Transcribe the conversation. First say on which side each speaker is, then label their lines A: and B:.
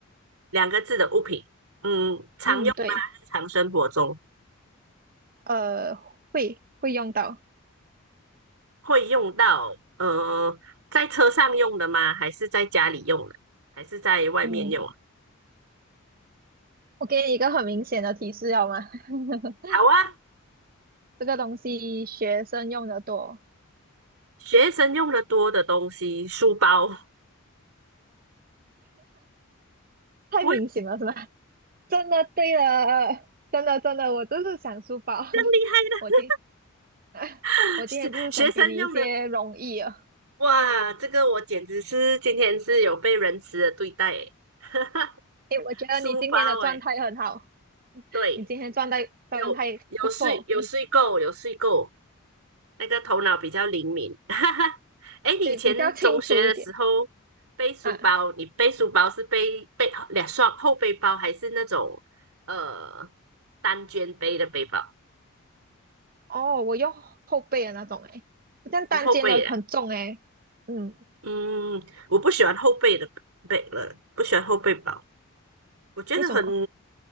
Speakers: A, on the right (about 90°); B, on the right (about 45°).
A: 两个字的物品，嗯，常用吗？
B: 嗯对。
A: 日常生活中
B: 呃，会会用到，
A: 会用到，呃，在车上用的吗？还是在家里用的？还是在外面用啊？
B: 嗯，我给你一个很明显的提示，好吗？<laughs>
A: 好啊，
B: 这个东西学生用的多，
A: 学生用的多的东西，书包，
B: 太明显了，
A: 不会
B: 是吧？<laughs> 真的，对了，真的真的，我就是想书包。<laughs>
A: 这样厉害。的。
B: 我今 <laughs>
A: <laughs>
B: 我今天就是想给你一些容易啊。
A: 学学生用的，哇，这个我简直是今天是有被仁慈的对待诶，<laughs>
B: 诶，我觉得你今天的状态很好，
A: 书包诶，对，
B: 你今天状态状态不错，
A: 有有睡有睡够有睡够，
B: 嗯，
A: 那个头脑比较灵敏。<laughs> 诶，你以前中学的时候背书包，
B: 对，比较清楚一点啊。
A: 你背书包是背背两双后背包，还是那种呃单肩背的背包？
B: 哦，我用后背的那种，诶，这样单肩的很重，
A: 哦，后背的，
B: 诶，嗯，
A: 嗯，我不喜欢后背的背了，呃不喜欢后背包，我觉得很
B: 为什么？